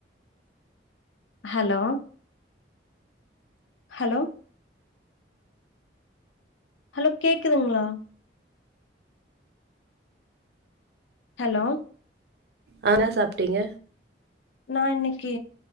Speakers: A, on the left (about 85°); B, on the right (about 60°).
A: ஹலோ ஹலோ ஹலோ கேக்குதுங்களா ஹலோ
B: ஆ என்னா சாப்ட்டீங்க
A: நா இன்னைக்கு